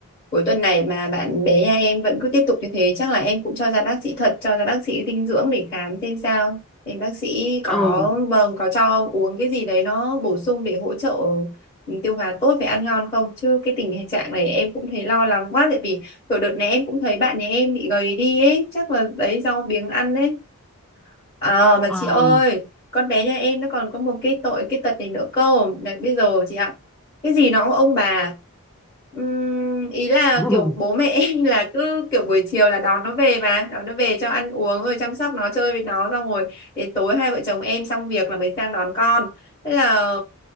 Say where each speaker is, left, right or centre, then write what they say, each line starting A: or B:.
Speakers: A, on the left; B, in the centre.
A: cuối tuần này mà bạn bé nhà em vẫn cứ tiếp tục như thế chắc là em cũng cho ra bác sĩ thật cho ra bác sĩ dinh dưỡng để khám xem sao xem bác sĩ có
B: ừ
A: vâng có cho uống cái gì đấy nó bổ sung để hỗ trợ ừ, tiêu hóa tốt và ăn ngon không chứ cái tình trạng này em cũng thấy lo lắng quá tại vì kiểu đợt này em cũng thấy bạn nhà em bị gầy đi ấy chắc là đấy do biếng ăn đấy Ờ mà chị
B: à
A: ơi, con bé nhà em nó còn có một cái tội cái tật này nữa cơ. Là bây giờ chị ạ, cái gì nó cũng ông bà. Ừm, ý là
B: <laughs>
A: kiểu bố mẹ <laughs> em là cứ kiểu buổi chiều là đón nó về mà, đón nó về cho ăn uống rồi chăm sóc nó chơi với nó xong rồi đến tối hai vợ chồng em xong việc là mới sang đón con. Thế là